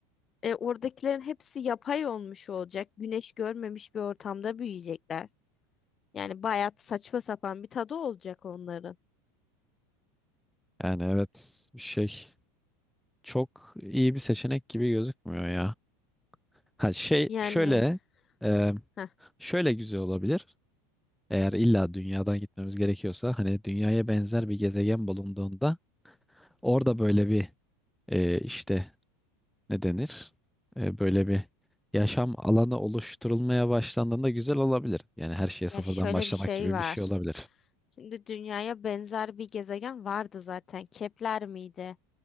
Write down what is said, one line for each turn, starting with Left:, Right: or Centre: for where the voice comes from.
Left: E, oradakilerin hepsi yapay olmuş olacak. Güneş görmemiş bir ortamda büyüyecekler. Yani bayağı saçma sapan bir tadı olacak onların.
Centre: Yani evet şey çok iyi bir seçenek gibi gözükmüyor ya. Ha şey
Left: Yani
Centre: şöyle e,
Left: heh,
Centre: şöyle güzel olabilir. Eğer illa dünyadan gitmemiz gerekiyorsa hani dünyaya benzer bir gezegen bulunduğunda orada böyle bir e, işte ne denir? E, böyle bir yaşam alanı oluşturulmaya başlandığında güzel olabilir. Yani her şeye
Left: ya
Centre: sıfırdan
Left: şöyle
Centre: başlamak
Left: bir şey
Centre: gibi
Left: var.
Centre: bir şey olabilir.
Left: Şimdi dünyaya benzer bir gezegen vardı zaten. Kepler miydi?